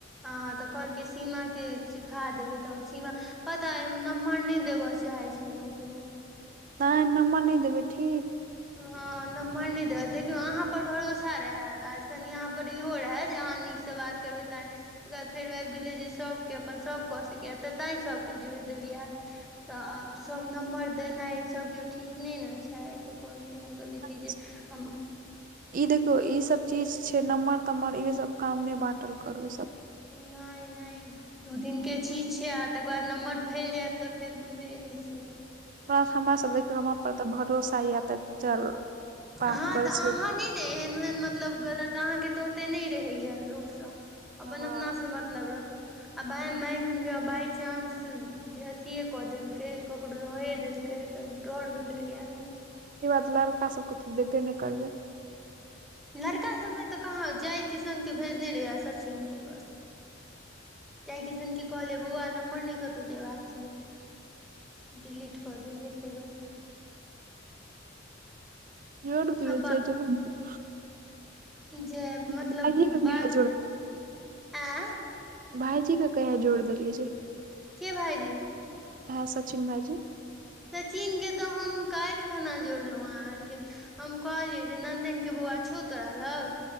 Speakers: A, in the centre; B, on the right.
A: हँ तऽ कहलकै सीमा के सिखा देबै तऽ सीमा पता अइ हम नम्बर नै देबय चाहै छी ककरो।
B: आहां ई नम्बर नय देबै ठीक।
A: हँ नम्बर नय दै देखियौ अहाँ पर भरोसा रहै आ कनि अहाँ पर इहो रहै जे अहाँ नीकस बात करबै तैं तकर बाद फेरो आबि गेलै जे सभके अपन सभ कऽ सकैए तऽ तैं सभके जोड़ि देलियै। तऽ आब सभ नम्बर देनाइ सब के ठीक नय ने छै। तऽ कहलखिन हम कहलियै
B: <unintelligible>
A: कि जे हम
B: ई देखियौ ई सब चीज छै नम्मर तम्मर इहे सब काम नय बांटल करू सब
A: नय नय दू दिन के चीज छै आ तकर बाद नम्बर फैल जायत तऽ फेर बुझै नय छियै
B: ओकरा बाद हमरा सब लग हमरा पर तऽ भरोसा यै त चल बात
A: हँ
B: करै
A: तऽ
B: छी
A: अहाँ नै ने एहन ओहन मतलब गलत अहाँके तऽ ओते नय रहैयै लोकस अपन
B: हँ
A: अपनास मतलब रखलौं आ बाइ माइन लिय बायचांस जे अथीेये क देलकै ककरो दए देलकै त डर होइत रहैये न।
B: ई बात लड़का सब के त देबे नय करबै।
A: लड़का सबमे तऽ कहाँ जय किशन के भेजने रहियै आ सचिन के बस। जयकिशन के कहलियै बौआ नम्बर नय कतौ जेबाक चाही। डिलीट कऽ देलियै फेरो।
B: <unintelligible>
A: आ जय मतलब
B: भाईजी के कहिया
A: बात एं
B: भायजी के कहिया जोइर देलियै जे
A: के भाइजी?
B: ओहै सचिन भाइजी।
A: सचिन के तऽ हम काइल खना जोड़लौ हैं अहाँके हम कहलियै जे नन्देन के बौआ छौ तोरा लग।